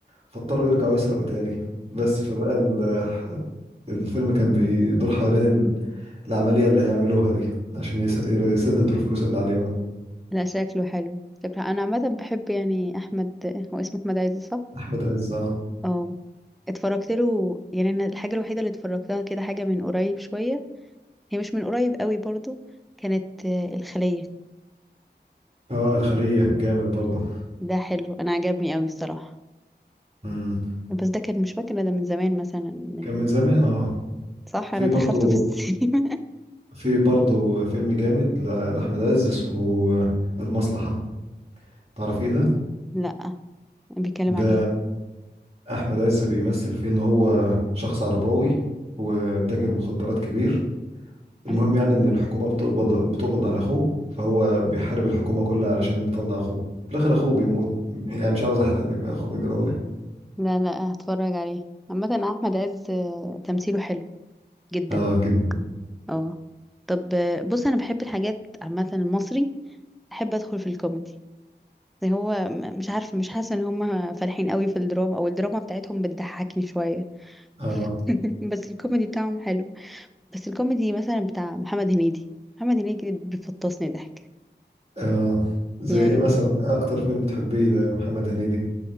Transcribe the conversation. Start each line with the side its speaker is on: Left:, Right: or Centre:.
Right: فاضطروا يرجعوا يسرقوا تاني بس فبقى ال- الفيلم كان بيدور حوالين ال- العمليه اللي هيعملوها دي عشان يس- يسددوا الفلوس اللي عليهم
Centre: لا شكله حلو شكله انا عامة بحب يعني احمد هو اسمه احمد عز صح
Right: احمد عز اه
Centre: اه اتفرجت له يعني انا الحاجة الوحيدة اللي اتفرجتها كده حاجة من قريب شوية هي مش من قريب قوي برضو كانت آه، الخلية
Right: اه الخليه جامد برضه
Centre: ده حلو انا عجبني قوي الصراحة
Right: امم
Centre: بس ده كان مش فاكرة ده من زمان مثلا من
Right: كان من زمان اه
Centre: صح
Right: في
Centre: انا دخلته
Right: برضه
Centre: في السينما
Right: في برضه فيلم جامد ل- لأحمد عز اسمه المصلحة تعرفيه ده؟
Centre: <laughs> لا بيتكلم
Right: ده
Centre: عن ايه
Right: أحمد عز بيمثل فيه إن هو شخص عرباوي وتاجر مخدرات كبير المهم
Centre: ايوه بقى.
Right: يعني إن الحكومة بتقبض بتقبض على أخوه فهو بيحارب الحكومة كلها علشان يطلع أخوه في الآخر أخوه بيموت يعني مش عاوز أحرق لك بقى أخوه بيجرى إيه
Centre: لا لا هتفرج عليه عامة احمد عز آه، تمثيله حلو جدا
Right: آه جدا
Centre: اه طب آه، بص انا بحب الحاجات عامة المصري احب ادخل في الكوميدي زي هو م- مش عارفة مش حاسة ان هم فالحين قوي في الدراما او الدراما بتاعتهم بتضحكني شوية
Right: آه
Centre: <laughs> بس الكوميدي بتاعهم حلو بس الكوميدي مثلا بتاع محمد هنيدي محمد هنيدي بيفطسني ضحك
Right: آه زي
Centre: يعني
Right: إيه مثلا إيه أكتر فيلم تحبيه ده محمد هنيدي